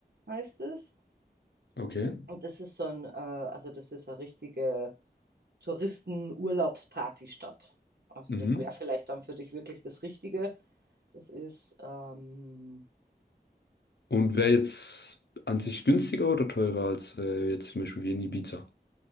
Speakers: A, on the right; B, on the left.
A: heißt es.
B: Okay.
A: Und das ist so ein, äh, also das ist eine richtige Touristen-Urlaubspartystadt. Also
B: Mhm.
A: das wäre vielleicht dann für dich wirklich das Richtige. Das ist ähm,
B: Und wäre jetzt an sich günstiger oder teurer als äh, jetzt zum Beispiel wie in Ibiza?